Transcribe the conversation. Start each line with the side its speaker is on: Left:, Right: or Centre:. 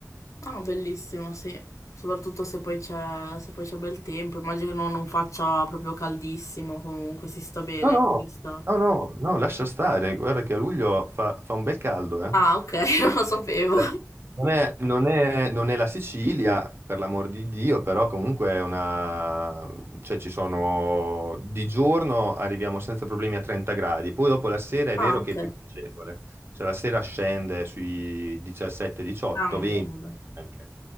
Left: Ah, bellissimo, sì. Soprattutto se poi c'è se poi c'è bel tempo. Immagino che non, non faccia proprio caldissimo, comunque si sta bene
Right: No,
Left: anche
Right: no,
Left: d'estate.
Right: no, no, no, lascia stare, guarda che a luglio fa, fa un bel caldo, eh.
Left: Ah, ok, <laughs> non lo sapevo.
Right: Cioè, Non è, non è- non è la Sicilia, per l'amor di Dio, però comunque è una... cioè ci sono... di giorno arriviamo senza problemi a 30 gradi, poi dopo la sera è
Left: Ah,
Right: vero
Left: ok.
Right: che è più piacevole, cioè la sera scende sui 17, 18,
Left: Ah,
Right: 20
Left: bene, dai.
Right: anche,